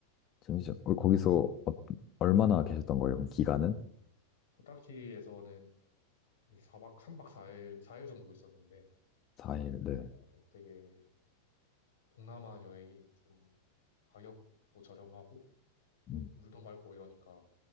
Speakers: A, on the left; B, on the left.
A: 잠시만. 어, 거기서 어- 얼마나 계셨던 거예요? 그럼 기간은?
B: 코타키에서는 사박 3박 4일 사일 사일 정도 있었는데
A: 4일, 네.
B: 어, 네, 되게 동남아 여행이 좀 가격도 저렴하고 또
A: 음,
B: 물도 맑고 이러니까